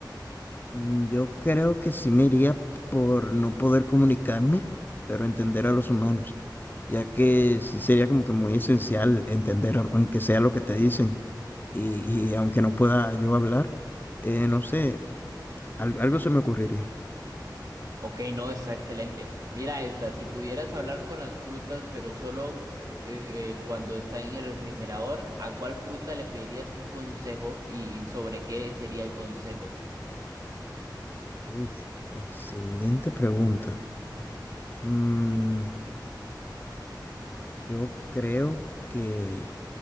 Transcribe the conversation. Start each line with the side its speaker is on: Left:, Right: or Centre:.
Left: Mm, Yo creo que sí me iría por no poder comunicarme, pero entender a los humanos, ya que sí sería como que muy esencial entender, aunque sea lo que te dicen, y, y aunque no pueda yo hablar, eh, no sé, al- algo se me ocurriría.
Right: Ok, no, está excelente. Mira esta, si pudieras hablar con las frutas, pero solo eh, eh, cuando está en el refrigerador, ¿a cuál fruta le pedirías un consejo y sobre qué sería el consejo?
Left: Uf, excelente pregunta. Mm, yo creo que